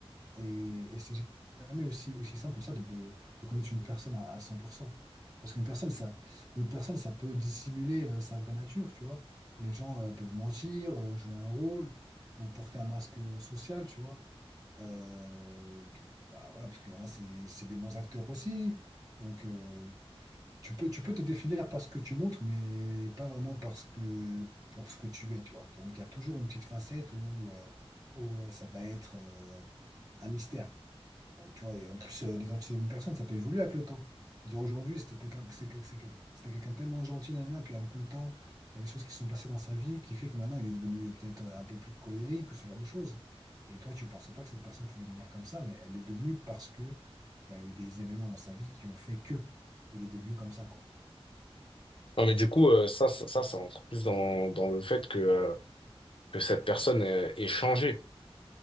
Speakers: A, on the right; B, on the left.
A: Et, et c'est jamais aussi, aussi simple comme ça de, de, de connaître une personne à, à 100%. Parce qu'une personne, ça, une autre personne, ça peut dissimuler euh, sa vraie nature, tu vois. Les gens euh, peuvent mentir, euh, jouer un rôle ou porter un masque euh, social, tu vois. Euh, bah, voilà, parce qu'il y en a, c'est, c'est des bons acteurs aussi. Donc, euh, tu peux, tu peux te définir par ce que tu montres, mais pas vraiment parce que, pour ce que tu es, tu vois. Donc, il y a toujours une petite facette où, euh, où, euh, ça va être... euh, un mystère. Donc, tu vois, et en plus, euh, l'identité d'une personne, ça peut évoluer avec le temps. C'est-à-dire, Aujourd'hui, c'était quelqu'un c'est quel- c'est quel- c'était quelqu'un tellement gentil, nanana, puis avec le temps, il y a des choses qui se sont passées dans sa vie qui fait que maintenant, il est devenu euh, peut-être euh, un peu plus colérique, ou ce genre de choses. Et toi, tu pensais pas que cette personne pouvait devenir comme ça, mais elle l'est devenue parce que il y a eu des événements dans sa vie qui ont fait que il est devenu comme ça, quoi.
B: Non, mais du coup,
A: Tu
B: euh, ça, ça, ça, ça entre plus dans, dans le fait que, euh, que cette personne euh, est changée.